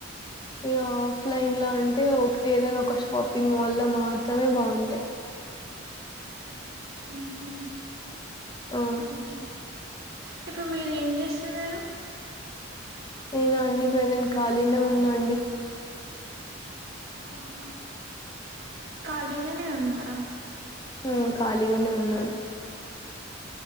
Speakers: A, on the left; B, on the right.
A: ఇక ఆఫ్లైన్ లో అంటే అంటే ఒక ఏదైనా ఒక షాపింగ్ మాల్ లో మాత్రమే బాగుంటాయి
B: ఉహా
A: ఆ!
B: ఓకే ఇప్పుడు మీరు ఏం చేస్ తున్నారు
A: నేనా అండి ప్రెసెంట్ ఖాళీనే ఉన్నా అండి
B: ఆహ ఖాళీగానే ఉన్నారా
A: ఉ ఖాళీగానే ఉన్నాను